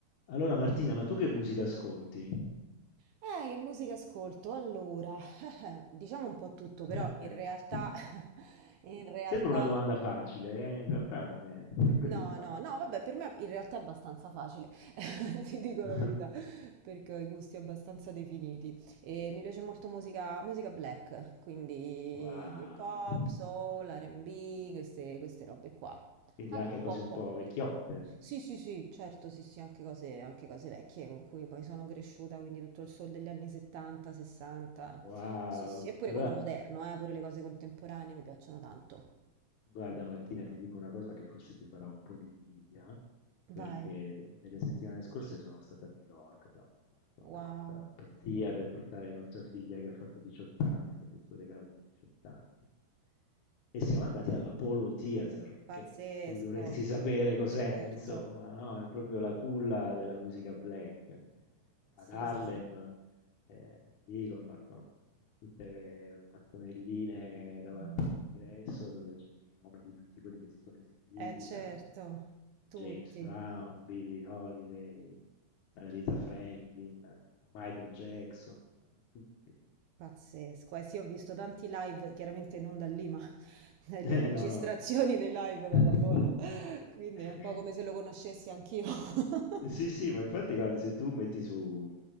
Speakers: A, on the left; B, on the right.
A: Allora Martina, ma tu che musica ascolti?
B: Eh, che musica ascolto? Allora, <laughs> diciamo un po' tutto,
A: <laughs>
B: però in realtà, <laughs> in realtà,
A: Sembra una domanda facile, eh, In realtà non è <laughs>
B: no,
A: così facile.
B: no, no, vabbè, per me in realtà è abbastanza facile, <laughs> ti dico
A: <laughs>
B: la verità, perché ho i gusti abbastanza definiti. E mi piace molto musica, musica black, quindi
A: Wow.
B: hip hop, soul, R&B, queste, queste robe qua.
A: Quindi
B: Anche
A: anche
B: un
A: cose
B: po'
A: un
B: pop.
A: po' vecchiotte. eh.
B: Sì, sì, sì, certo, sì, sì, anche cose, anche cose vecchie con cui poi sono cresciuta, quindi tutto il soul degli anni 70, 60.
A: Wow.
B: Sì, sì, e pure
A: Allora
B: quello moderno, eh, pure le cose contemporanee mi piacciono tanto.
A: Guarda Martina, ti dico una cosa che forse ti farà un po' di invidia,
B: Vai,
A: perché nelle settimane scorse sono stato a New York, abbiamo fatto vabbè,
B: wow,
A: questa pazzia per portare nostra figlia che ha fatto 18 anni, è stato il suo regalo di 18 anni, e siamo andati all'Apollo Theater,
B: pazzesco,
A: che tu dovresti sapere cos'è,
B: certo,
A: insomma, no? È proprio la culla della musica black, eh,
B: sì,
A: ad Harlem
B: sì.
A: eh, lì con, con tutte le mattonelline davanti
B: Mm.
A: all'ingresso dove ci sono i nomi di tutti quelli che si sono esibiti,
B: Eh, certo,
A: da James
B: tutti.
A: Brown, Billie Holiday, eh, Aretha Franklin, eh, Michael Jackson, eh, tutti.
B: Pazzesco, eh sì, ho visto tanti live, chiaramente non da lì, ma <laughs> le
A: Eh,
B: registrazioni
A: <laughs> no, no,
B: dei live dalla
A: no.
B: Apollo, <laughs>
A: <laughs>
B: quindi è un po' come se lo conoscessi anch'io. <laughs>
A: Sì, sì, ma infatti guarda, se tu metti su